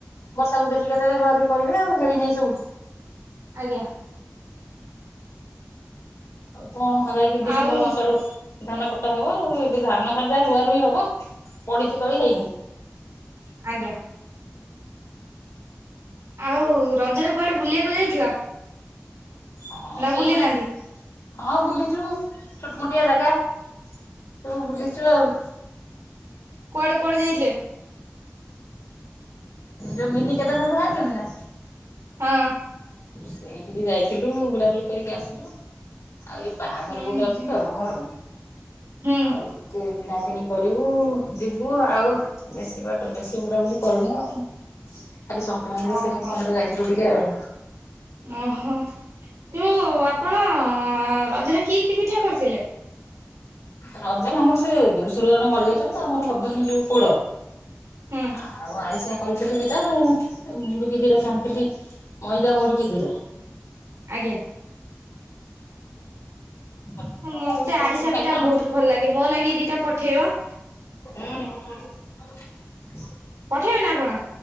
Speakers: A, on the left (about 90°); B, on the right (about 85°).
A: ବର୍ଷାକୁୁ ଦେଖି କେତେଳେ ରୁଆରୁଈ କରିବେ ଆଉ ହେଇନହିଁ ସବୁ
B: ଆଜ୍ଞା
A: କଣ ଯାଇକ ଡିସେମ୍ବର
B: ଆଉ
A: ମାସ ଆଡୁ ଧାନ କଟା ହବ ଏବେ ଧାନ ଖାଲି ଯା ରୁଆ ରୁଇ ହବ। ପଡିଛି ତଳି ହେଇନି।
B: ଆଜ୍ଞା ଆଉ ରଜରେ କୁଆଡେ ବୁଲିବାକୁ ଯାଇଥିଲ?
A: ହଁ
B: ନା
A: ସେଇଭଳିଆ
B: ବୁଲି ନାହାନ୍ତି?
A: ହଁ ବୁଲିଛୁ ଛୋଟମୋଟିଆ ଜାଗା ସବୁ ବୁଲିଛ ଆଉ
B: କୁଆଡେ କୁଆଡେ ଯାଇଥିଲେ?
A: ଯୋଉ ମିନି କେତେନ ଯାଇଛନ୍ତି ନା?
B: ହଁ।
A: ସେଇଠିକି ଯାଇଥିଲୁ ବୁଲାବୁଲି କରିକି ଆସିଲୁ। ଆଉ ଏଇ ବାହାଘର
B: ହୁଁ
A: ଗୋଟେ ଅଛି
B: ହୁଁ
A: ତ ଆମର
B: ହୁଁ
A: ଆଉ ଟିକେ କିଣାକିଣି କରିବୁ ଯିବୁ ଆଉ ବେଶୀ ବାଟ ବେଶୀ ବୁଲାବୁଲି କରିନୁ ଆଉ ଖାଲି ସଂକ୍ରାନ୍ତିରେ
B: ଓହୋ
A: ସେମିତି ମନ୍ଦିର ଯାଇଥିଲୁ ଟିକେ ଆଉ
B: ଓହୋ। ତୁ ଆପଣ ରଜରେ କି କି ପିଠା କରିଥିଲେ?
A: ରଜରେ ଆମର ସେ ଦେଢଶୁର ଜନ ମରିଯାଇଛନ୍ତି ଆମର ହବନି ଯୋଉ ପୋଡ।
B: ହୁଁ
A: ଆଉ ଆରିଶା କରିଥିଲି ଦିଇଟା ମୁଡିକି ଦିରେ ଛାଣିଥିଲି ମଇଦା ମୁଡିକି ଦିଟା।
B: ଆଜ୍ଞା
A: ଆଉ
B: ମତେ
A: ସେ
B: ଆରିସା
A: ସବୁ ଖାଇଥିଲୁ
B: ପିଠା
A: ଆମର
B: ବହୁତ
A: ତ ହୁଁ
B: ଭଲ ଲାଗେ ମୋ ଲାଗି ଦିଟା ପଠେଇବ।
A: ହୁଁ <inaudible>
B: ପଠେଇବେ ନା କଣ?